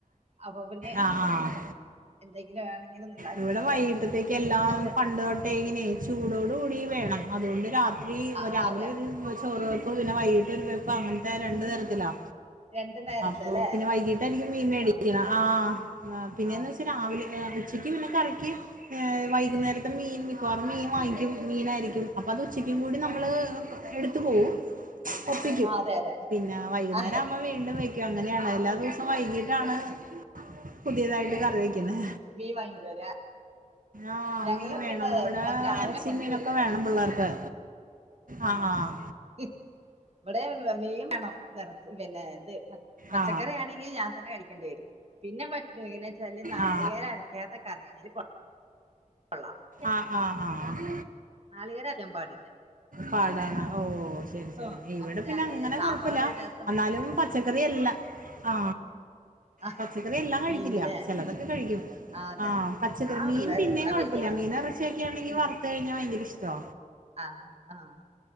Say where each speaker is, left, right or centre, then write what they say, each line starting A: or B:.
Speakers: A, on the right; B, on the right.
A: അപ്പ പിന്നെ-
B: ആഹ് ആഹ്
A: എന്തെങ്കിലും വേണെങ്കിലും ഒന്ന് ഉണ്ടാക്കാന്നല്ലോ
B: ഇവിടെ വൈകിട്ടത്തേക്ക് എല്ലാം
A: അച്ഛൻ
B: പണ്ട് തൊട്ടേ ഇങ്ങനെ- ചൂടോട് കൂടി വേണം അതുകൊണ്ട് രാത്രി
A: ആ ആ
B: രാവിലെ
A: അതെ
B: ഒരു ചോറ്- ഇപ്പ പിന്നെ വൈകിട്ട് ഒരു വെപ്പ് അങ്ങനത്തെ രണ്ടു തരത്തിലാ
A: രണ്ടു നേരത്തെ
B: അപ്പൊ
A: അല്ലേ
B: പിന്നെ വൈകീട്ടായിരിക്കും മീൻ മേടിക്കണ
A: ആ
B: ആഹ് ആഹ് പിന്നെ
A: ആ
B: എന്ന് വെച്ചാ രാവിലെ ഉച്ചയ്ക്ക് പിന്നെ കറിക്ക്- വൈകുന്നെരത്തെ മീൻ മിക്കവാറും മീൻ വാങ്ങിക്കും മീനായിരിക്കും അപ്പൊ അത് ഉച്ചയ്ക്കും കൂടി നമ്മള്- എടുത്തു പോകും ഒപ്പിക്കും
A: ആ അതെ അതെ
B: പിന്നെ വൈകുന്നേരം
A: ആ
B: അമ്മ വീ - വീണ്ടും വെക്കും അങ്ങനെയാണ് എല്ലാ ദിവസവും വൈകീട്ടാണ് പുതിയതായിട്ട് കറി വെയ്ക്കുന്നെ
A: മീൻ വാങ്ങികൊണ്ട് വരാ
B: ആഹ്
A: ഞങ്ങള്
B: മീൻ വേണം
A: പിന്നെ
B: ഇവിടെ
A: അത് രാവിലെ
B: എറച്ചി
A: കൊണ്ടുവരും
B: മീനൊക്കെ വേണം പിള്ളേർക്ക് ആഹ് ആഹ്
A: ഇവിടേം മീൻ വേണം നെറച്ച് പിന്നെ ഇത്- പച്ചക്കറി
B: ആ
A: ആണെങ്കിൽ ഞാൻ തന്നെ കഴിക്കേണ്ടി വരും പിന്നെ പറ്റു എങ്ങനെ വെച്ചാല് നാളികേരം
B: ആ
A: അര - ഏതൊക്ക അറിയാണ് <unintelligible> കൊള്ളാം
B: ആഹ് ആഹ് ആഹ്
A: നാളികേരം അരക്കാൻ പാടില്ല
B: പാടാണ് ഓഹ് ശരി ശരി
A: ആഹ്
B: ഇവിടെ
A: അപ്പൊ ഞാന്
B: പിന്നെ അങ്ങനെ
A: സാമ്പാറ്
B: കൊഴപ്പില്ല
A: രസം
B: എന്നാലും- പച്ചക്കറിയല്ല ആ
A: ആഹ്
B: പച്ചക്കറി എല്ലാം കഴിക്കില്ല
A: മീന്ല്ലേ
B: ചിലതൊക്കെ കഴിക്കും
A: ആഹ് അതെ
B: ആ പച്ചക്കറി
A: ആഹ്
B: മീൻ
A: പിള്ളേര്
B: പിന്നേയും
A: ഇവിടെ
B: കുഴപ്പി
A: വല്യ
B: ല്ല
A: ആൾ
B: മീൻ ഇറച്ചിയൊക്കൊണെങ്കി
A: ഉം
B: വറുത്ത് കഴിഞ്ഞാ ഭയങ്കര ഇഷ്ടാ
A: ആഹ് ആഹ്